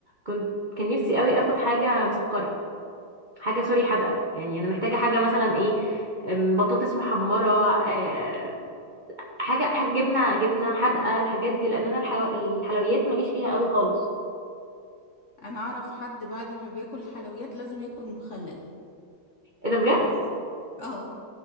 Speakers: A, on the right (about 35°); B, on the left (about 50°).
A: كنت كان نفسي قوي اخد حاجه مسكره حاجه سوري حادقه يعني انا محتاجه حاجه مثلا ايه أم، بطاطس محمره آه، حاجه حاجه جبنه جبنه حادقه الحاجات دي لان انا الحلو... الحلويات ماليش فيها قوي خالص
B: انا اعرف حد بعد ما بياكل الحلويات لازم ياكل مخلل
A: ايه ده بجد
B: يعني اه